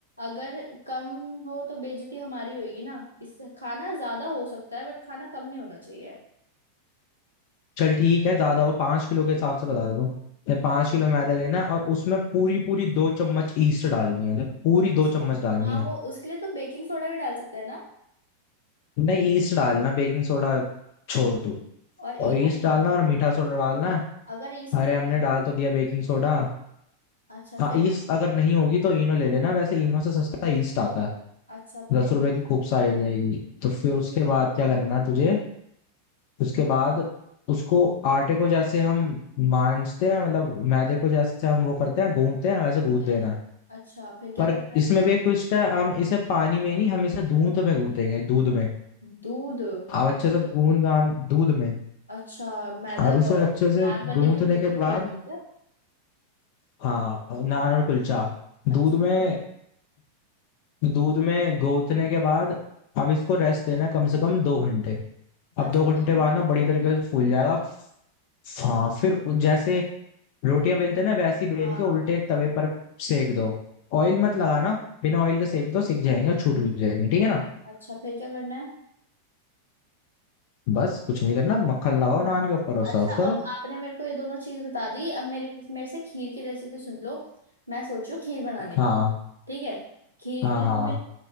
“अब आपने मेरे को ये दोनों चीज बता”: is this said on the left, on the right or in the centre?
Left